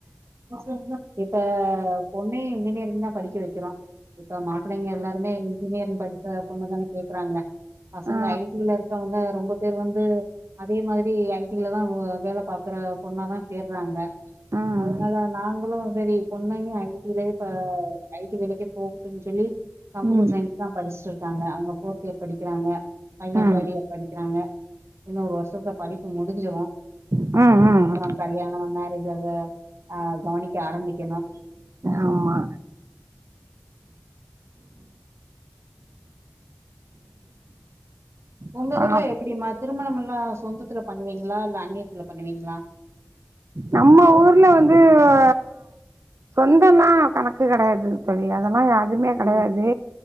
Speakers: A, on the right (about 65°); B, on the right (about 75°).
A: <inaudible> இப்ப பொண்ணயு இன்ஜினியரிங் தா படிக்க வெக்கறோ இப்ப மாப்பிள்ளைங்க எல்லாருமே இன்ஜினியரிங் படிச்ச பொண்ணுதான கேக்கறாங்க பசங்க
B: ஆ
A: ஐ டி ல இருக்கவங்க ரொம்ப பேர் வந்து அதே மாதிரி ஐ டி லதா ஒ வேல பாக்கற பொண்ணதா தேட்றாங்க
B: ஆ ம்
A: அதனால நாங்களு செரி பொண்ணயு ஐ டி லயே இப்ப ஐ டி வேலைக்கே போகட்டுன் சொல்லி கம்ப்யூட்டர்
B: ம்
A: சய்ன் தா படிச்ட்டு இருக்காங்க அவங்க ஃபோர்த் இயர் படிக்கிறாங்க பையே
B: ம்
A: தேர்ட் இயர் படிக்கிறாங்க இன்னொரு வருஷத்துல படிப்பு முடிஞ்சிரு
B: ம்
A: அப்புறோ கல்யாணோ மேரேஜ் அத ஆ கவனிக்க ஆரம்பிக்கணு
B: ஆமா
A: உங்க
B: அப்புறோ
A: ஊர்ல எப்டிமா திருமணமெல்லா சொந்தத்துல பண்ணுவீங்களா இல்ல அன்னியத்துல பண்ணுவீங்களா
B: நம்ம ஊர்ல வந்து ஆ சொந்தல்லா கணக்கு கிடையாது தோழி அதெல்லா எதுமே கிடையாது
A: ம்